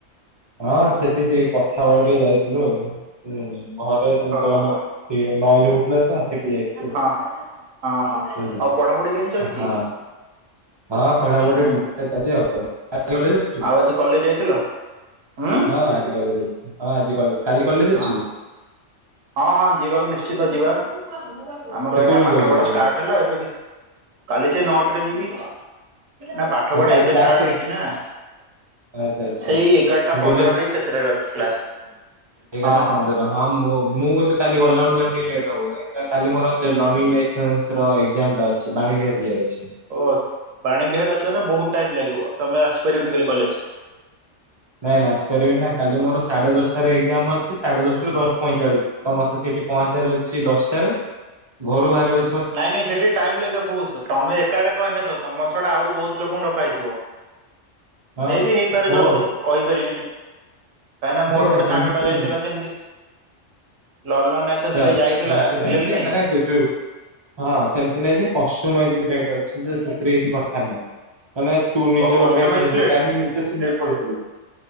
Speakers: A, on the right; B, on the right.
A: ହଁ ସେଠି ସେଇ କଥାବ ଯାଇଥିଲୁ ଆଉ। <unintelligible>
B: ଓହୋ
A: <unintelligible> ସେଠି ଯାଇଥିଲୁ।
B: ହଁ ହଁ ହଁ
A: ମୁଁ ବୁଝିଲି
B: ଆଉ ପଢାପଢି କେମତି ଚାଲିଛି,
A: ହଁ ହଁ ପଢାପଢି
B: ହଁ
A: ଠିକ୍ ଠାକ୍ ଚାଲିଛି ଆଉ ଆଜି କଲେଜ ଆସିଛୁ
B: ଆଉ ଆଜି କଲେଜ ଯାଇଥିଲ? ଉଁ
A: ହଁ ଆଜି କଲେଜ ଯାଇଥିଲି, ହଁ ହ ଆଜି କଲେଜ କାଲି କଲେଜ
B: ହଁ
A: ଆସିବୁ?
B: ହଁ ହଁ ଯିବାକୁ ନିଶ୍ଚିତ ଯିବା । ଆମର
A: କେତେବେଳକୁ
B: ଏଇନା ପାଠ
A: ଯାଉଛୁ
B: ପଢା
A: କାଲି
B: ଷ୍ଟାର୍ଟ
A: କଲେଜ
B: ହେଲା, ଏବେ କି କାଲି ସେ ନଅଟା ଟରେ ଯିବି। ନା ପାଠ
A: ହଁ,
B: ପଢା
A: କାଲି
B: ଏବେ
A: କ୍ଲାସ
B: ଷ୍ଟାର୍ଟ
A: କେ
B: ହେଇଛି ନା,
A: ଆଚ୍ଛା ଆଚ୍ଛା
B: ସେଇ ଏଗାରଟା
A: ମୁଁ
B: ପନ୍ଦରରେ
A: କହିଲି
B: କେତେଟାରେ ଅଛି କ୍ଲାସ
A: ଏଗାରଟା
B: ହଁ
A: ପନ୍ଦର
B: ହଁ।
A: ମୁଁ ମୁଁ କିନ୍ତୁ କାଲି ଗଲାବେଳକୁ କାଲି ଟିକେ ଲେଟ୍ ହବ, କାଇଁ ନା କାଲି ମୋର ସେ ଲର୍ଣ୍ଣିଂ ଲାଇସେନ୍ସ ର ଏକ୍ଜାମ ଟା ଅଛି ବାଣି ବିହାର ଯିବାର ଅଛି ।
B: ଓ ବାଣୀ ବିହାର ଅଛ ତେ ବହୁତ ଟାଇମ ଲାଗିବ ତମେ ଆସିପାରିବନି କାଲି କଲେଜ।
A: ନାଇଁ ନାଇ ଆସିପାରିବି ନାଁ କାଲି ମୋର ସାଢେ ଦଶଟା ଏକ୍ଜାମ ଅଛି ସାଢେ ଦଶ ଦଶ ପଇଁଚାଳିଶ ତ ମତେ ସେଠି ପହଞ୍ଚାର ଅଛି ଦଶଟାରେ, ଘରୁ ବାହାରାରେ
B: ନାଇଁ ନାଇଁ ସେଠି ଟାଇମ ଲାଗିବ ବହୁତ ତମେ ଏକାଟିଆ କହିନେଥ ତମ ଛଡା ଆହୁରି ବହୁତ ଲୋକଙ୍କୁ ଡକା ହେଇଥିବ ।
A: ହଁ
B: ମେ ବି ହେଇପାରେ ଜଲ୍ଦି
A: ଓ
B: କହିପାରିବିନି, କାହିଁକିନା ମୋର
A: ନାଇଁ ନାଇଁ
B: ଗୋଟେ
A: ସେମିତି
B: ସାଙ୍ଗ ଟା ଯାଇଥିଲା ସେମିତି ଲର୍ନିଙ୍ଗ ଲାଇସେନ୍ସ
A: ଆଚ୍ଛା
B: ପାଇଁ
A: ଆଚ୍ଛା
B: ଯାଇଥିଲା,
A: ସେମିତି ନାଇଁ
B: ଏଲ ଏଲ
A: ଯେ
B: ପାଇଁ
A: ମାନେ ଯୋଉ ହଁ ସେମିତି ନାଇଁ ଯେ କଷ୍ଟମାଇଯ ଡେଟ୍ ଅଛି। ସେଥିରେ କିଛି କଥା ନାହିଁ, ମାନେ ତୁ ନିଜ
B: ଓ କଷ୍ଟମାଇଜ୍
A: ଡେଟ୍ ନିଜ
B: ପ୍ଲେଟ୍
A: ଟାଇମ ନିଜେ ସିଡୀଉଲ୍ କରିପାରିବୁ,